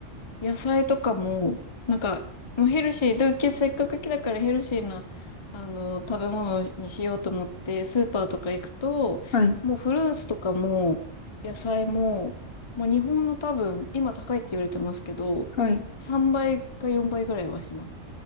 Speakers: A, on the left; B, on the left.
A: 野菜とかも、なんか、もうヘルシー、で、けせっかくだからヘルシーな、あの、食べ物にしようと思って、スーパーとか行くと、
B: はい、
A: もうフルーツとかも、野菜も、もう日本の多分、今高いって言われてますけど、
B: はい。
A: 3倍か4倍ぐらいはします。